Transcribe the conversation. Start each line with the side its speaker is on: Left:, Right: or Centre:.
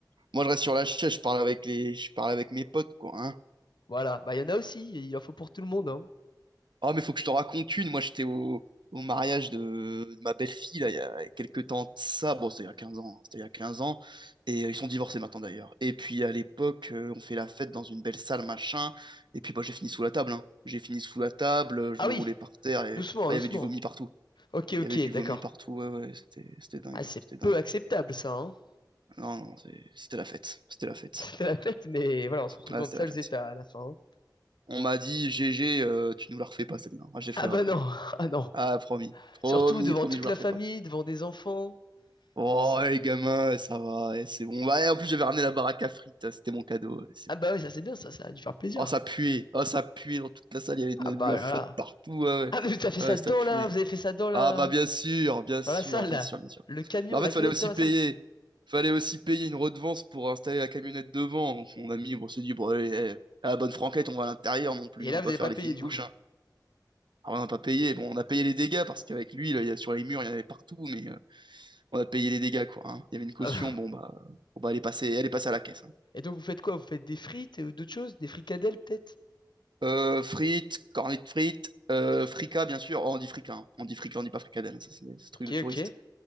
Right: Moi je reste sur la chaise, je parle avec les, je parle avec mes potes quoi. hein.
Left: Voilà. Bah, il y en a aussi. Il en faut pour tout le monde, hein.
Right: Oh, mais faut que je te raconte une. Moi, j'étais au, au mariage de, de ma belle-fille, là, il y a quelques temps de ça. Bon, c'était il y a quinze ans. hein. C'était il y a 15 ans. Et euh, ils sont divorcés maintenant, d'ailleurs. Et puis, à l'époque, euh, on fait la fête dans une belle salle, machin. Et puis, bah, j'ai fini sous la table. hein. J'ai fini sous la table. euh, Je
Left: Ah
Right: me
Left: oui,
Right: roulais par terre. Et...
Left: doucement,
Right: Ah,
Left: doucement.
Right: il y avait du vomi partout.
Left: Ok, ok,
Right: Il y avait du vomi
Left: d'accord.
Right: partout. Ouais, ouais, c'était, c'était dingue.
Left: Ah, c'est
Right: C'était dingue.
Left: peu acceptable ça, hein.
Right: Non, non, c'est- c'était la fête. C'était la fête.
Left: <laughs> C'était la fête, mais voilà, on se retrouve
Right: Ah,
Left: dans
Right: c'était
Left: de sales
Right: la fête.
Left: états à la fin. hein.
Right: On m'a dit, GG, euh, tu nous la refais pas, celle-là. Ah, j'ai fait,
Left: Ah bah
Right: ouais, promis.
Left: non, <laughs> ah non.
Right: Ah, promis. Promis,
Left: Surtout devant
Right: promis,
Left: toute
Right: je vous
Left: la
Right: la refais
Left: famille,
Right: pas.
Left: devant des enfants.
Right: Oh,
Left: C'est-
Right: les gamins, ouais, ça va, eh, c'est bon. Ouais, en plus, j'avais ramené la baraque à frites, c'était mon cadeau, ouais, c'est
Left: Ah
Right: bon.
Left: bah oui, ça c'est bien ça, ça a dû faire plaisir.
Right: Oh, ça puait, oh, ça puait dans toute la salle, il y avait
Left: Ah
Right: de la,
Left: bah
Right: de la flotte
Left: là.
Right: partout, ouais, ouais,
Left: Ah mais vous avez fait
Right: Ouais,
Left: ça dans
Right: ça puait.
Left: la, vous avez fait ça dans la,
Right: Ah, bah, bien sûr, bien sûr,
Left: dans la salle
Right: bien
Left: là.
Right: sûr, bien sûr.
Left: Le camion,
Right: Bah, en
Left: la
Right: fait, fallait
Left: canette
Right: aussi
Left: dans la
Right: payer,
Left: salle.
Right: fallait aussi payer une redevance pour installer la camionnette devant. Donc, mon ami, on s'est dit, bon, allez, eh, à la bonne franquette, on va à l'intérieur non plus,
Left: Et là
Right: on va
Left: vous
Right: pas
Left: n'avez
Right: faire
Left: pas
Right: les
Left: payé
Right: fines
Left: du
Right: bouches,
Left: coup.
Right: hein. Alors, on n'a pas payé, bon, on a payé les dégâts parce qu'avec lui, là, il y a, sur les murs, il y en avait partout, mais. euh, on a payé les dégâts, quoi. hein. Il y avait une caution,
Left: Ah bah.
Right: bon bah, euh, bon, bah, elle est passée, elle est passée à la caisse. hein.
Left: Et donc vous faites quoi? Vous faites des frites ou d'autres choses? Des fricadelles peut-être?
Right: Euh, frites, cornets de frites, euh, fricas, bien sûr. Oh, on dit fricas, hein. On dit fricas, on dit pas fricadelle, hein. ça c'est ce truc
Left: Ok,
Right: de touriste.
Left: ok.